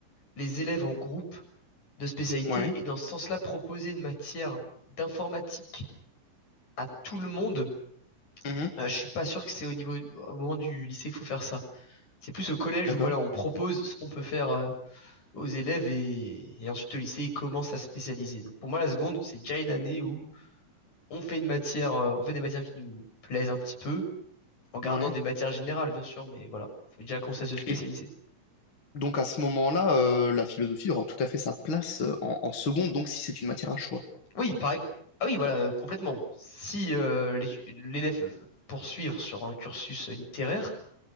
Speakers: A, on the left; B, on the left.
A: les élèves en groupes de spécialité
B: Ouais.
A: et dans ce sens-là proposer une matière d'informatique à tout le monde.
B: Mhm.
A: Euh, je suis pas sûr que c'est au niveau au moment du lycée qu'il faut faire ça. C'est plus au collège
B: D'accord.
A: où voilà, on propose ce qu'on peut faire euh, aux élèves et, et ensuite au lycée, ils commencent à se spécialiser. Donc pour moi, la seconde, c'est déjà une année où on fait une matière, euh, on fait des matières qui nous plaisent un petit peu, en gardant
B: Ouais.
A: des matières générales, bien sûr, mais voilà, faut déjà commencer à se spécialiser.
B: Et donc à ce moment-là, euh, la philosophie aura tout à fait sa place euh, en, en seconde, donc si c'est une matière à choix.
A: Oui, pareil. Ah oui, voilà, euh, complètement. Si euh, l'étu- l'élève veut poursuivre sur un cursus littéraire,